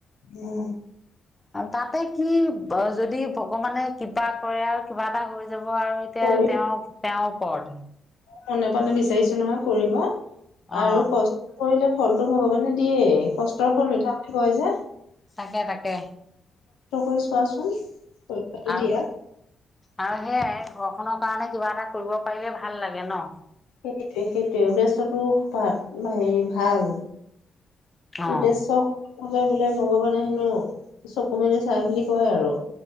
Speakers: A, on the left; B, on the left.
A: উম
B: তাতে কি! যদি ভগৱানে কৃপা কৰে আৰু কিবা এটা হৈ যায়। যাব-আৰু এতিয়া
A: কৰি
B: তেওঁক, তেওঁৰ ওপৰতে।
A: মনে-প্ৰাণে বিচাৰিছোঁ নহয় কৰিব।
B: অ
A: আৰু কষ্ট কৰিলে। ফলটো ভগৱানে দিয়েই। কষ্টৰ ফল মিঠা বুলি- কয় যে।
B: তাকে তাকে!
A: ট কৰিছো। চোৱাচোন, পৰিক্ষাটো
B: আৰু
A: দিয়া।
B: আৰু সেয়াই, ঘৰখনৰ কাৰণে কিবা এটা কৰিব পাৰিলে ভাল লাগে, ন?
A: সেইটোৱে সেইটোৱে, উদ্দেশ্যটো খুব ভাল, হেৰি ভাল।
B: অ'।
A: উদ্দেশ্য। কলে বোলে ভগৱানে হেনো চকু মেলি চায়, বুলি কয় আৰু।